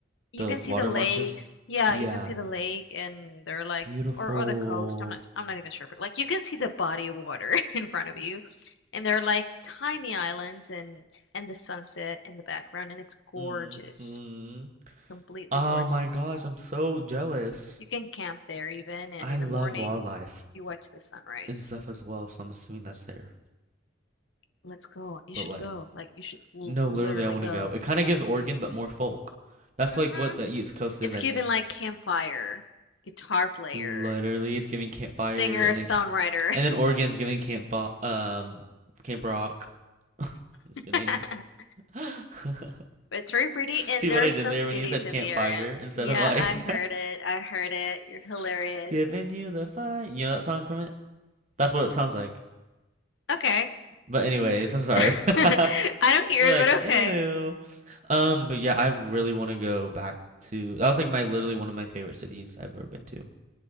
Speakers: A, on the left; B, on the right.
A: you
B: the
A: can
B: like
A: see
B: water
A: the lakes.
B: marshes.
A: Yeah,
B: Yeah,
A: you can see the lake and they're like
B: beautiful.
A: or or the coast. I'm not I'm not even sure, but like you can see the body of water <laughs> in front of you. And they're like tiny islands and and the sunset in the background and it's gorgeous.
B: Mm-hmm.
A: Completely
B: Oh
A: gorgeous.
B: my gosh, I'm so jealous.
A: You can camp there even and
B: I
A: in
B: love
A: the morning
B: wildlife
A: you watch the sunrise.
B: and stuff as well, so I'm assuming that's there.
A: Let's go. You
B: But
A: should
B: like,
A: go. Like you should l
B: no,
A: literally
B: literally, I want
A: go.
B: to go. It kind of gives Oregon, but more folk. That's
A: hmm
B: like what the East Coast is,
A: It's
B: I
A: given
B: think.
A: like campfire, guitar player,
B: Literally, it's giving campfire,
A: singer,
B: and
A: songwriter.
B: then ca- and then Oregon's giving camp Bo- um Camp Rock. <laughs> I'm Just
A: <laughs>
B: kidding. <laughs>
A: It's very pretty, and
B: See what
A: there
B: I
A: are some
B: did there
A: cities
B: when you said
A: in
B: campfire
A: the area.
B: instead
A: Yeah,
B: of like
A: I heard it. I heard it. You're hilarious.
B: <laughs> giving you the fire. You know that song from it? That's what it sounds like.
A: Okay.
B: But anyways, I'm
A: <laughs>
B: sorry.
A: I
B: <laughs>
A: don't hear
B: You're
A: it,
B: like,
A: but okay.
B: anywho. Um, but yeah, I really want to go back to that was like my literally one of my favorite cities I've ever been to.